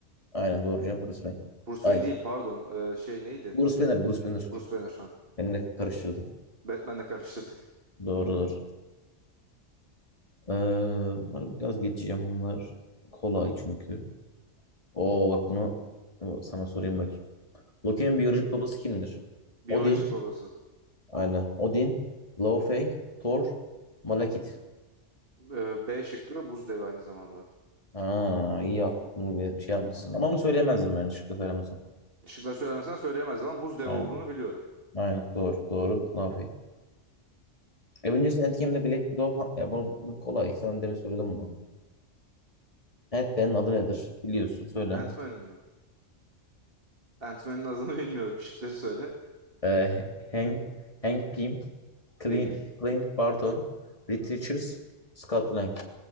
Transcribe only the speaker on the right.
Bruce
Wayne değil pardon. Ee, şey neydi?
Bruce Banner ha.
Batman'le karıştırdık.
<laughs>
Biyolojik babası.
Ee, B şıkkı buz devi aynı zamanda.
Şıkları söylemesen söyleyemez ama buz devi
olduğunu biliyorum.
Ant-Man'in mi? Ant-Man'in adını <laughs> bilmiyorum. Şıkları söyle.
Değil.